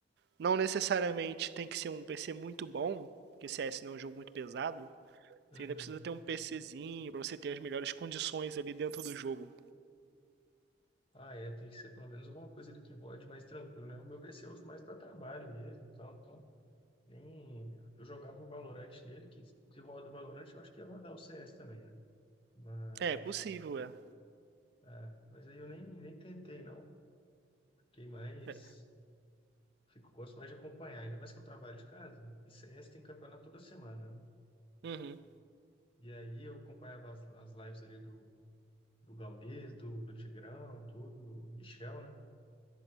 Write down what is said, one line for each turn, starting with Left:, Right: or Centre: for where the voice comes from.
Right: não necessariamente tem que ser um PC muito bom, porque CS não é um jogo muito pesado.
Left: Uhum.
Right: Você ainda precisa ter um PCzinho pra você ter as melhores condições ali dentro do jogo.
Left: Ah, é, tem que ser pelo menos alguma coisa ali que rode mais tranquilo, né? O meu PC eu uso mais para trabalho mesmo, então, então nem eu jogava um Valorant nele, que se roda o Valorant, eu acho que ia rodar o CS também, né? Mas,
Right: É, possível, é.
Left: é, mas aí eu nem, nem tentei, não. Fiquei mais.
Right: É.
Left: Fico, gosto mais de acompanhar, ainda mais que eu trabalho de casa. E CS tem campeonato toda semana, né?
Right: Uhum,
Left: E aí eu acompanhava as, as lives ali do, do Gaules, do, do Tigrão, tudo, do Michel, né?